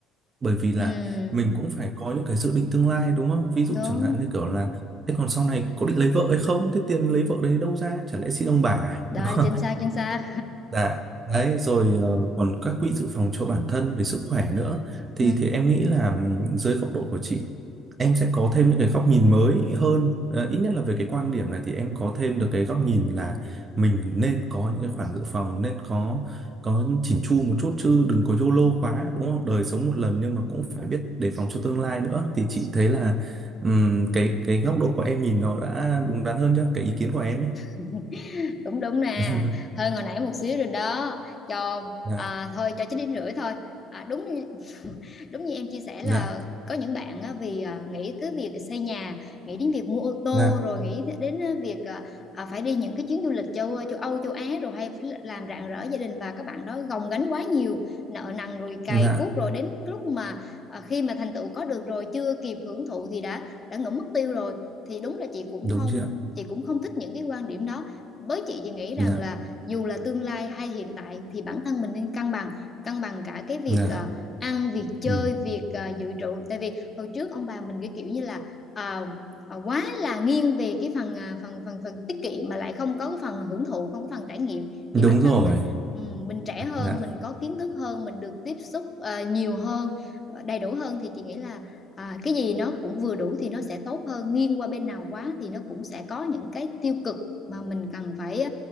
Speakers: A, on the right (about 30°); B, on the left (about 25°).
A: bởi vì là
B: ừ,
A: mình cũng phải có những cái dự định tương lai đúng không ví dụ
B: đúng
A: chẳng hạn như kiểu là thế còn sau này có định lấy vợ hay không thế tiền lấy vợ đấy đâu ra chả lẽ xin ông bà à?
B: đó
A: <laughs>
B: chính xác chính xác
A: Dạ, đấy rồi ờ, còn các quỹ dự phòng cho bản thân về sức khỏe nữa thì
B: ừ.
A: thì em nghĩ là ừm, dưới góc độ của chị em sẽ có thêm những cái góc nhìn mới hơn Ờ, ít nhất là về cái quan điểm này thì em có thêm được cái góc nhìn là mình nên có những cái khoản dự phòng nên có có chỉn chu một chút chứ đừng có YOLO quá đúng không? Đời sống một lần nhưng mà cũng phải biết đề phòng cho tương lai nữa thì chị thấy là ừm, cái cái góc độ của em nhìn nó đã đúng đắn hơn chưa? Cái ý kiến của em ấy.
B: <laughs> đúng đúng nè
A: <laughs>
B: hơn hồi nãy một xíu rồi đó cho
A: Dạ,
B: à, thôi cho chín điểm rưỡi thôi à, đúng đúng như em chia sẻ là
A: dạ,
B: có những bạn á, vì à, nghĩ cứ việc xây nhà nghĩ đến việc mua ô tô
A: dạ.
B: rồi nghĩ đến à, việc à, à, phải đi những cái chuyến du lịch châu châu Âu châu Á rồi hay phải làm rạng rỡ gia đình và các bạn đó gồng gánh quá nhiều nợ nần rồi cày
A: Dạ
B: cuốc rồi đến lúc mà à, khi mà thành tựu có được rồi chưa kịp hưởng thụ thì đã đã ngưỡng mất tiêu rồi thì đúng là chị cũng
A: đúng
B: không
A: chưa ạ
B: chị cũng không thích những cái quan điểm đó với chị thì nghĩ rằng
A: dạ
B: là dù là tương lai hay hiện tại thì bản thân mình nên cân bằng cân bằng cả cái việc
A: dạ
B: à, ăn việc chơi
A: ừ.
B: việc à, dự trữ tại vì hồi trước ông bà mình cái kiểu như là à, à, quá là nghiêng về cái phần à, phần phần phần tiết kiệm mà lại không có cái phần hưởng thụ không có phần trải nghiệm thì
A: đúng
B: bản
A: rồi
B: thân mình ừm, mình trẻ hơn
A: dạ
B: mình có kiến thức hơn mình được tiếp xúc à, nhiều hơn ờ, đầy đủ hơn thì chị nghĩ là à, cái gì nó cũng vừa đủ thì nó sẽ tốt hơn nghiêng qua bên nào quá thì nó cũng sẽ có những cái tiêu cực mà mình cần phải